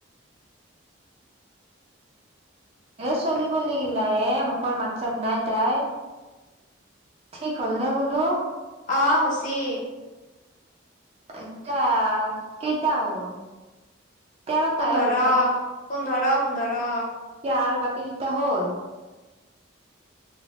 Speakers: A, on the right; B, on the left.
A: এ চলিব লাগিলা এ মুখৰ মাত চাত নাই তাই ঠিক হলনে বোলো
B: অ হুচি
A: আচা কেইটা হ'ল তেৰটাহে
B: পোন্ধৰা
A: হ'ল
B: পোন্ধৰা পোন্ধৰা
A: এয়া আৰু বাকীগেটা হ'ল